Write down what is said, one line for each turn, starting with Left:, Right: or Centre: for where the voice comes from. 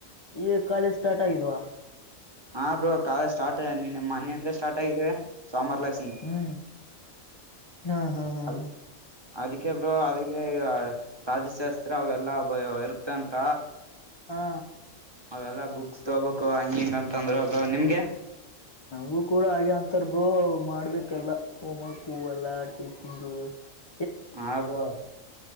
Left: ಈ ಕಾಲೇಜ್ ಸ್ಟಾರ್ಟ್ ಆಗಿದ್ವಾ.,
Right: ಹಾ, ಬ್ರೋ ಕಾಲೇಜಸ್ಟಾರ್ಟ್ ಮೊನ್ನ ಯಿಂದ ಸ್ಟಾರ್ಟ್ ಆಗಿದ್ದೇ ಸೊಮವಾರ್ ಲೆಸ್ಸಿಂದ.
Left: ಹ್ಮ್, <unintelligible> ಹಾ ಹಾ ಹಾ
Right: ಅದ
Left: ಹಾ
Right: ಅದಕ್ಕೆ ಬ್ರೋ ಅದಕ್ಕೆ ರಾಜಶಾಸ್ತ್ರ ಅವೆಲ್ಲಾ ಇರುತ್ತಂತ.
Left: ಹಾ,
Right: ಅವೆಲ್ಲ ಬುಕ್ಸ್ ತಗೋಬೇಕು ಹಂಗ ಹಿಂಗ ಅಂತ ಅಂದ್ರ ನಿಮ್ಗೆ.
Left: ನಮಗೂ ಕೂಡ ಹಾಗೆ ಅಂತರಬ್ರೋ ಮಾಡ್ಬೇಕಲ್ಲ ಹೋಮ್ ವರ್ಕು ಎಲ್ಲಾ ಸಿಂಗ <unintelligible>
Right: ಹಾ, ಬ್ರೋ